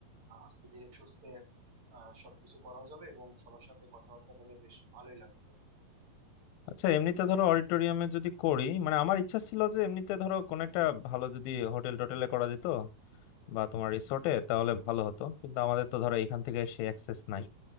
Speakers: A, on the right (about 35°); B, on the left (about 75°).
A: আহ, আস্তে ধীরে সুস্থে আহ সবকিছু করাও যাবে এবং সবার সাথে কথাবার্তা বলে বেশ ভালোই লাগবে
B: আচ্ছা এমনিতে ধরো অডিটোরিয়ামে যদি করি মানে আমার ইচ্ছা ছিল যে এমনিতে ধরো কোন একটা ভালো যদি হোটেল টোটেলে করা যেত বা তোমার রিসোর্টে তাহলে ভালো হতো কিন্তু আমাদের তো ধরো এখান থেকে সে অ্যাক্সেস নাই